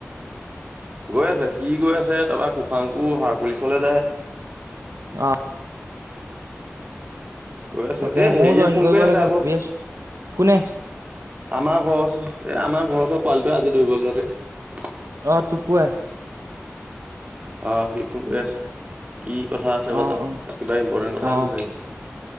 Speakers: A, on the right; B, on the right.
A: গৈ আছে সি গৈ আছে তাৰপৰা কুশাংকু সাৰ পুলিচলে যায়
B: অ
A: গৈ আছো
B: তাকে
A: এ হেৰিয়াত
B: ময়ো জইন
A: ফোন
B: কৰিব
A: কৰি আছা
B: লাগে
A: আকৌ
B: ভাবি আছো কোনে
A: আমাৰ ঘৰৰ ওচতৰ আমাৰ ঘৰৰ ওচৰৰ পোৱালটোৱে আজি দৌৰিবলৈ যোৱাতোৱে
B: অ টুকুুৱে
A: অ সি ফোন কৰি আছে কি কথা আছে বা
B: অ অ
A: কিবা ইম্পৰ্টেণ্ট কথা
B: অ
A: আছে চাগে